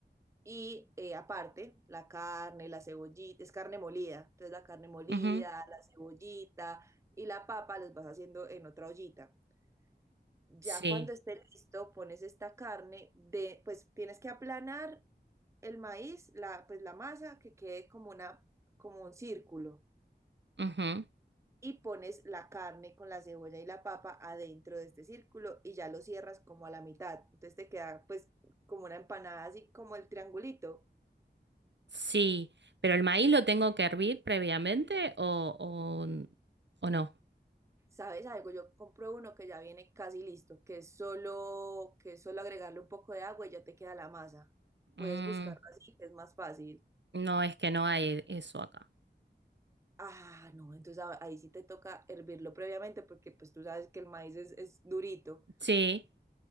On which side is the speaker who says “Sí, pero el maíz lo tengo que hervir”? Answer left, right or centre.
Right